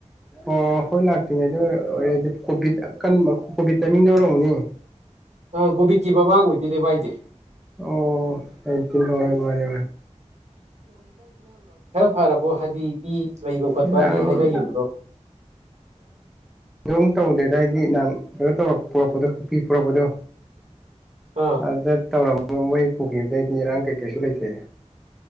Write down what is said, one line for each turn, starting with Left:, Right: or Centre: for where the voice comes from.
Centre: ꯑꯣ ꯍꯣꯏ ꯂꯥꯛꯇ꯭ꯔꯤꯉꯩ ꯑꯗꯣ ꯑꯣꯏꯔꯗꯤ ꯀꯣꯚꯤꯠꯟꯕ ꯀꯣꯚꯤꯠ ꯇꯥꯏꯃꯤꯡꯗ ꯑꯣꯏꯔꯕꯅꯤ
Right: ꯑ ꯀꯣꯕꯤ ꯀꯤꯕꯥꯚ ꯑꯣꯏ ꯗꯤ ꯚꯥꯏꯗꯦ
Centre: ꯑꯣ ꯑꯩꯛꯇ ꯍ ꯃꯥꯔ
Right: ꯐꯔ ꯕꯣ ꯍꯥꯏꯗꯤ ꯄ ꯂꯩꯕ ꯈꯣꯠꯄꯒꯤ
Centre: ꯏꯔꯥꯡ
Right: ꯍꯥꯏꯔꯈꯤꯕꯗꯣ
Centre: ꯊꯣꯏꯗꯣꯛ ꯇꯧꯗꯦꯗ ꯍꯥꯏꯗꯤ ꯅꯍꯥꯟ ꯀꯩꯅꯣ ꯇꯧꯔ ꯄꯨꯔꯛꯄꯗꯣ ꯀꯀꯤ ꯄꯨꯔꯛꯄꯗꯣ
Right: ꯑꯥ
Centre: ꯑꯗꯨꯗ ꯇꯧꯕꯔ ꯃꯣꯏ ꯄꯨꯈꯤꯕꯗꯩꯗꯤ ꯏꯔꯥꯡ ꯀꯩ ꯀꯩꯁꯨ ꯂꯩꯇꯣꯏ